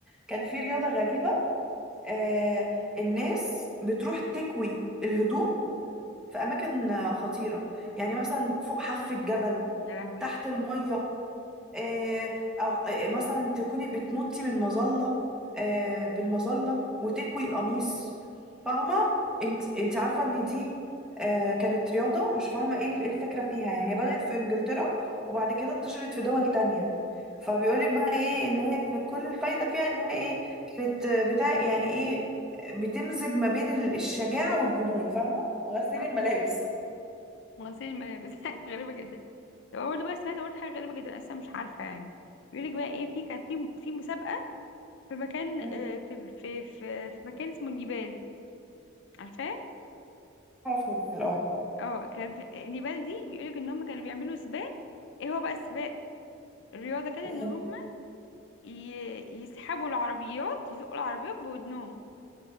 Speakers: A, in the centre; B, on the left (about 65°).
A: كان في رياضه غريبه آه الناس بتروح تكوي الهدوم في أماكن آه، خطيرة يعني مثلا فوق حافة جبل
B: يا لهوي
A: تحت المية آه، أو آه، مثلا تكوني بتنطي من مظلة آه، بالمظلة وتكوي القميص فاهمة انت انت عارفة ان دي آه، كانت رياضة مش فاهمة ايه ال- إيه الفكرة فيها يعني هي بدأت في انجلترا وبعد كده انتشرت في دول تانية فبيقولك بقى ايه ان هي كانت كل الفايدة فيها ان هي ايه كانت آه، بتاع يعني ايه آه، بتمزج ما بين ال- الشجاعة والجنون فاهمة وغسيل
B: اه
A: الملابس
B: بس غسيل الملابس <laughs> غريبة جدا طب أنا برضه بقى سمعت برضه حاجة غريبة جدا أنا لسه مش عارفة يعني بيقولك بقى ايه في كان في في مسابقة في مكان
A: مم،
B: آه، في في في, في مكان اسمه النيبال عارفاه؟
A: اعرف نبال اه
B: اه كان في النيبال دي بيقولك ان هم كانوا بيعملوا سباق ايه هو بقى السباق الرياضة كده
A: ايه
B: ان هم ي- يسحبوا العربيات يزقوا العربيات بودنهم